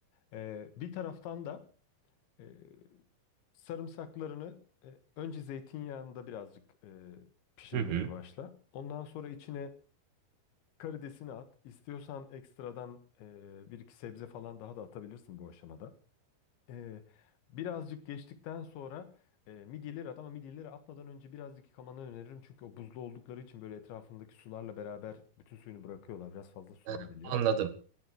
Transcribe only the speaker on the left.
Ee, bir taraftan da e, sarımsaklarını e, önce zeytinyağında birazcık e, pişirmeye
başla. Ondan sonra içine karidesini at. İstiyorsan ekstradan e, bir iki sebze falan daha da atabilirsin bu aşamada. Ee, birazcık geçtikten sonra e, midyeleri at ama midyeleri atmadan önce birazcık yıkamanı öneririm. Çünkü o buzlu oldukları için böyle etrafındaki sularla beraber bütün suyunu bırakıyorlar. Biraz fazla sulanabiliyor.